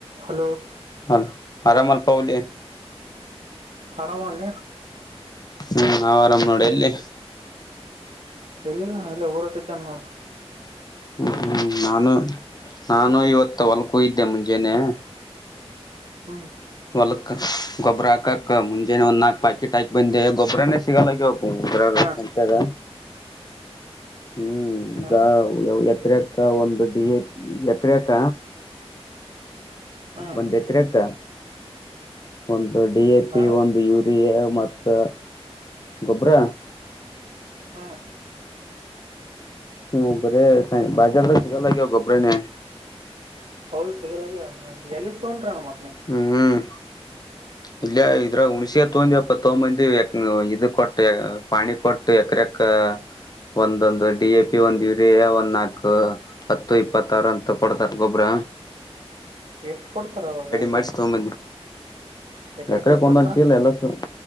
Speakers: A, on the right; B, on the left.
A: Hello
B: ಹ ಆರಾಮಲು ಪೌಲಿ
A: ಹರಾಮ್ಣ
B: ಹ್ಮ್ ನಾವ್ ಆರಾಮ್ ನೋಡಿ ಎಲ್ಲಿ
A: ಎಲ್ಲಿಿಲ್ಲ ನ ಎಲ್ಲ ಊರೋಟಿದ್ದಾನ ಅವ
B: ಹ್ಮ ಹ್ಮ್ ನಾನು ನಾನು ಇವತ್ತು ಹೊಲ್ಕೂ ಇದ್ದೆ ಮುಂಜೇನೆ
A: ಹಾ
B: ಹೊಲಕ್ ಗೊಬ್ಬ್ರ ಹಾಕಕ್ ಮುಜೆನೆ ಒಂದ ನಾಕಕ್ ಪ್ಯಾಕೆಟ್ ಹಾಕಿ ಬಂದೆ ಗೊಬರನೇ ಸಿಗಲ್ಲ ತರಗಂತೆಾಗ
A: ಹಾಂ
B: ಹ್ಮ್
A: ಹಾಂ
B: ಈಗ ಎತ್ರಕ್ಕ ಒಂದು ಡಿ ಎತ್್ರಕ್ಕ
A: ಹಾಂ
B: ಒಂದ್ ಎಕರೆಕ್ಕ ಒಂದು ಡಿ ಎ ಪಿ
A: ಅಣ್ಣ
B: ಒಂದು ಯೂರಿಯಾ ಮತ್ತ ಗೊಬ್ಬರ
A: ಹ್ಞೂ
B: ಹ್ಮ ಬರ ಬಾಜಾರದ ಶಕ್ಕಲ್ಲ ಗೊಬರನ
A: ಹೌದು ಸಿಗಲ ಎಲ್ಲಿಿಸ ತಗೊಂಡ್ರಣ ಮತ್ತ
B: ಹ್ಮ್ ಇಲ್ಲಯ ಇದ್ರ ಹುಣಸಿ ಹ ತಗಂದ ಅಪ್ಪ ತಗೊಂಬಂದಿ ಇದು ಕೊಟ್ಟು ಪಾಣಿ ಕೊಟ್ಟು ಎಕರೆ ಕ್ಕ ಒಂದೊಂದು ಡಿ ಎ ಪಿ ಒಂದ್ ಯುರಿಯಾ ಒಂದ್ ನಾಕು ಹತ್ತು ಇಪ್ಪತ್ತಾರು ಅಂತ ಕೊಡ್ತಾರ ಗೊಬ್ರ
A: ಎಷ್ಟು ಕೊಡ್ತಾರ ಹೆಸ್ರ
B: ಮಾಡಿಸಿ ತಗೊಂಬಂದಿ
A: ಬಕರೆ
B: ಎಕರೆಕ್
A: ಎಷ್ಟ ಕೊಡ್ತರ
B: ಒಂದೊಂದ್ ಚೀಲ ಎಲ್ಲಸು